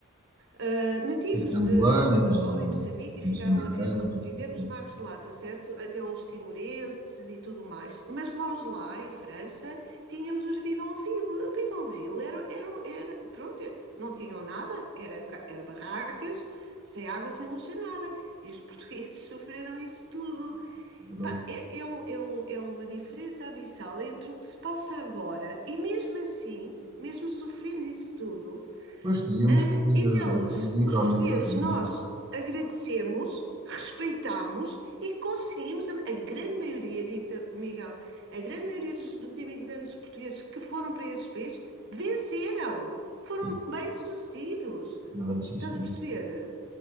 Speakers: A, on the right; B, on the right.
A: Uh, nativos
B: E Angolanos
A: de, de, de Angola
B: e
A: e Moçambique e
B: moçambicanos.
A: ficaram a ver- viver
B: e tudo,
A: nos bairros de lata, certo? Até os timorenses e tudo mais. Mas nós lá em França tínhamos os bidonville. Bidonville era, era, era- pronto, é, não tinham nada, era, era barracas, sem água, sem luz, sem nada. E os <laughs> portugueses sofreram isso tudo.
B: é verdade.
A: Pá, é, é um- é um- é uma diferença abissal entre o que se passa agora e mesmo assim, mesmo sofrendo isso tudo,
B: Pois, devíamos
A: ah,
B: que ter
A: eles, os
B: eh, alguma
A: portugueses,
B: coisa, não
A: nós agradecemos, respeitamos e conseguimos, a, a grande maioria, dita Miguel, a grande maioria dos, dos imigrantes portugueses que foram para esses países venceram, foram
B: é?
A: bem-sucedidos.
B: Não é, sim,
A: Estás
B: senhor.
A: a perceber?